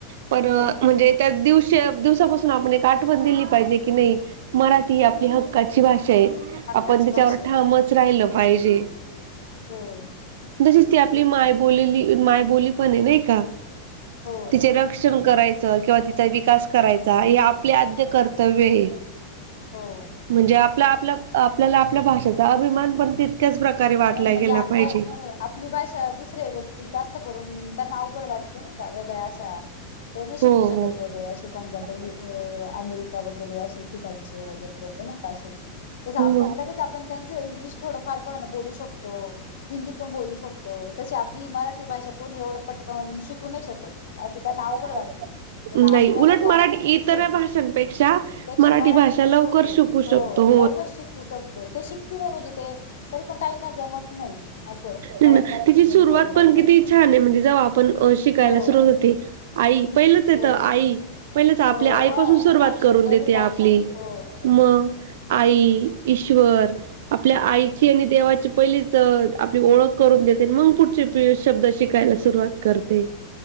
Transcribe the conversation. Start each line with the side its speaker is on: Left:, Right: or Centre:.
Right: पण
Left: हो
Right: म्हणजे त्या दिवशी दिवसापासून आपण एक आठवण दिली पाहिजे की नाही. मराठी ही आपली
Left: हो
Right: हक्काची भाषा आहे.
Left: हक्काची
Right: आपण त्याच्यावर
Left: भाषा
Right: ठामच
Left: आहे
Right: राहिलं पाहिजे.
Left: हो
Right: तशीच ती आपली
Left: तेच
Right: माय
Left: ना
Right: बोललेली मायबोली पण आहे नाही का?
Left: हो
Right: तिचे रक्षण करायचं किंवा तिचा विकास करायचा हे आपले आद्य कर्तव्य आहे.
Left: हो.
Right: म्हणजे आपला- आपला आपल्याला आपल्या भाषेचा अभिमान पण तितक्याच प्रकारे वाटला
Left: नाही म्हणजे
Right: गेला
Left: आपल्या
Right: पाहिजे.
Left: नाही आपली भाषा दुसऱ्या व्यक्ती जास्त करून त्यांना अवघड वाटते नाही का वेगळ्या अशा ते नाही शिकू
Right: हो
Left: शकत
Right: हो.
Left: वेगळे असे समजा आता
Right: हम्म.
Left: अमेरिका वगैरे अे ठिकाणचे वगैरे लोक कास आपण
Right: नाही
Left: लगेच आपण त्यांचं इंग्लिश थोडं फार क बोलू शकत तो हिंदी पण बोलू शक तो तशी आपली मराठी भाषा कोणी एवढं पटकावून शिकू नाही शकत. आता त्याना
Right: अजिबात
Left: अवघड वाटते.
Right: आहे.
Left: प आपल्यामध्ये
Right: नाही, उलट मराठी
Left: किती
Right: इतर
Left: सोपी
Right: भाषांपेक्षा
Left: पेक्षा मराठी
Right: भाषा
Left: किती
Right: लवकर
Left: सोपी
Right: शिकू
Left: आहे. हो
Right: शकतो
Left: लवकर शिकू शकतो ते शिकती नाही म्हणजे ते तरी पण काहीना जमत नाही. असं
Right: तिची
Left: मराठी
Right: सुरुवात
Left: मध्ये बोलण्यासाठी
Right: पण किती छान आहे म्हणजे जाऊ आपण शिकायला
Left: हो
Right: सुरुवात होते. आई पहिलंच येत
Left: हो
Right: आई पहिलंच आपल्या
Left: हो
Right: आईपासून
Left: हा
Right: सुरुवात
Left: अक्षर
Right: करून
Left: पहिलेच
Right: देते आपली
Left: अक्षर हो
Right: मग आई ईश्वर आपल्या आईची आणि देवाची पहिली चढ आपली ओळख करून देते मग पुढचे शब्द शिकायला सुरुवात करते.